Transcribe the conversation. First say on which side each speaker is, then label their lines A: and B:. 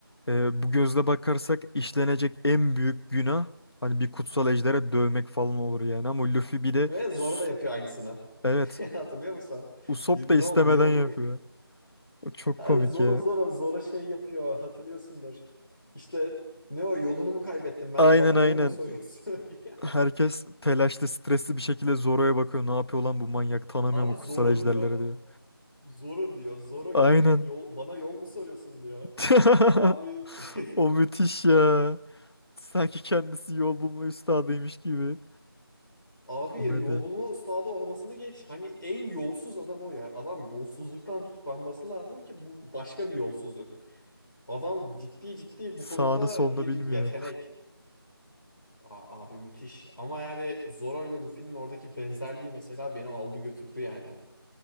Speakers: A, on the left (about 85°); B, on the left (about 55°).
A: Ee, bu gözle bakarsak işlenecek en büyük günah hani bir kutsal ejdere dövmek falan olur yani. Ama Luffy bir de
B: ve Zoro
A: s-
B: da yapıyor aynısını.
A: evet
B: <laughs> Hatırlıyor musun?
A: Usopp
B: Ne
A: da istemeden
B: oldu? Yo,
A: yapıyor. O çok
B: Yani
A: komik
B: Zora
A: ya.
B: zora zora şey yapıyor hatırlıyorsundur. İşte ne o yolunu mu kaybettim ben
A: Aynen
B: bana yol
A: aynen.
B: mu soruyorsun <laughs> diye.
A: Herkes telaşlı, stresli bir şekilde Zoro'ya bakıyor. Ne yapıyor lan bu manyak? Tanımıyor
B: Abi
A: mu
B: Zoro
A: kutsal ejderleri
B: diyor.
A: diyor.
B: Zoro diyor. Zoro
A: Aynen.
B: yol, yol bana yol mu soruyorsun diyor.
A: <laughs>
B: Abi <laughs>
A: O müthiş ya. Sanki kendisi yol bulma üstadıymış gibi.
B: abi
A: Komedi.
B: yol bulma ustası olmasını geç. Hani en yolsuz adam o ya. Adam yolsuzluktan tutuklanması lazım ki bu başka bir yolsuzluk. Adam ciddi ciddi
A: Sağını
B: bu konuda
A: solunu
B: bir
A: bilmiyor.
B: yetenek. Aa, abi müthiş. Ama yani Zoro ile Luffy'nin oradaki benzerliği mesela beni aldı götürdü yani.